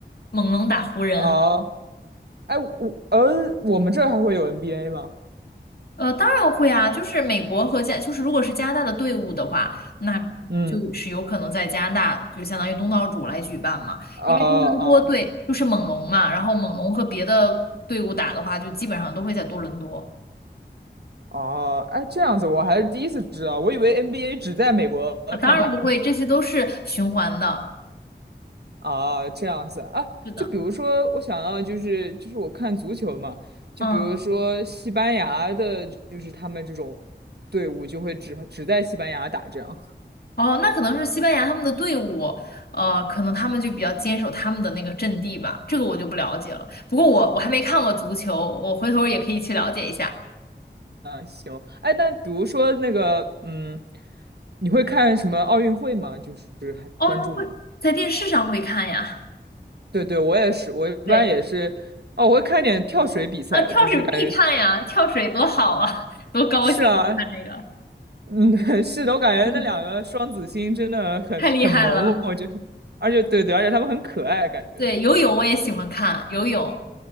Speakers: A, on the left; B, on the right.
A: 猛龙打湖人。
B: 哦，哎，我呃，我们这儿还会有 NBA 吗？
A: 呃，当然会啊，就是美国和加，就是如果是加拿大的队伍的话，那就是有可能在加拿大，
B: 嗯，
A: 就相当于东道主来举办嘛。
B: 啊啊
A: 因为多伦多队就是猛龙嘛，然后猛龙和别的队伍打的话，就基本上都会在多伦多。
B: 啊，哎，这样子我还是第一次知道，我以为 NBA 只在美国开打呢。
A: 啊，当然不会，这些都是循环的。
B: 啊，这样子啊，
A: 是的，
B: 就比如说，我想要就是就是我看足球嘛，就比如说西班牙的，
A: 嗯。
B: 就是他们这种队伍就会只只在西班牙打这样。
A: 哦，那可能是西班牙他们的队伍，呃，可能他们就比较坚守他们的那个阵地吧，这个我就不了解了。不过我我还没看过足球，我回头也可以去了解一下。
B: 行，哎，那比如说那个，嗯，你会看什么奥运会吗？就是还关注吗？
A: 奥运会在电视上会看呀，
B: 对对，我也是，我一般也是，
A: 对，
B: 哦，我会看点跳水比赛，
A: 啊，跳水必看呀，
B: 就是感觉
A: 跳水多好啊，<laughs> 多高兴啊看这个，
B: 是啊，嗯，<laughs> 是的，我感觉那两个双子星真的很很萌，
A: <laughs> 太厉害了。
B: 我觉得，而且对对，而且他们很可爱，感觉
A: 对，游泳我也喜欢看，游泳、